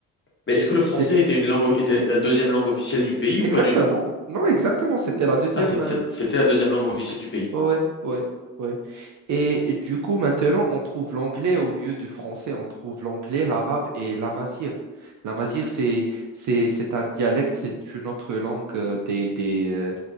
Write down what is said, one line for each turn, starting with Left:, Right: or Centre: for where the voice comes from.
Left: Mais est-ce que le français
Right: C'est
Left: était une langue, o- était la deuxième langue officielle du pays ou
Right: exactement.
Left: pas du tout?
Right: Non, exactement, c'était la deuxième,
Left: Ah, c'est-
Right: euh,
Left: c'est- c'était la deuxième langue officielle du pays.
Right: Ouais, ouais, ouais. Et du coup, maintenant, on trouve l'anglais au lieu du français. On trouve l'anglais, l'arabe et l'amazir. L'amazir, c'est, c'est, c'est un dialecte, c'est une autre langue euh, des, des, euh,